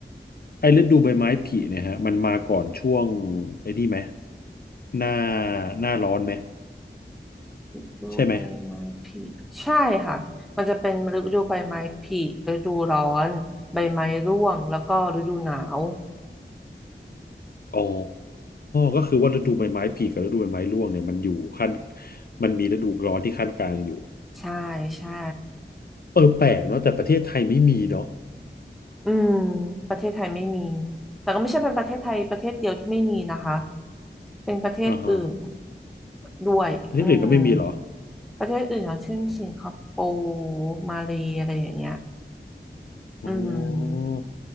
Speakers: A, on the left; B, in the centre.
A: ไอฤดูใบไม้ผลิเนี่ยฮะมันมาก่อนช่วงไอ้นี่ไหมหน้าหน้าร้อนไหม
B: ฤดูใบไม้ผลิใช่ค่ะมันจะเป็นฤดูใบไม้ผลิฤดูร้อนใบไม้ร่วงแล้วก็ฤดูหนาว
A: ใช่ไหมอ๋อก็คือว่าฤดูใบไม้ผลิกับฤดูใบไม้ร่วงเนี่ยมันอยู่ขั้นมันมีฤดูร้อนที่ขั้นกลางอยู่
B: ใช่ใช่
A: เออแปลกเนาะแต่ประเทศไทยไม่มีเนาะ
B: อืมประเทศไทยไม่มีแต่ก็ไม่ใช่เป็นประเทศไทยประเทศเดียวที่ไม่มีนะคะเป็นประเทศอื่น
A: อ่าฮะ
B: ด้วยอืม
A: ประเทศอื่นก็ไม่มีเหรอ
B: ประเทศอื่นอย่างเช่นสิงคโปร์มาเลย์อะไรอย่างเงี้ย
A: อ๋อ
B: อืม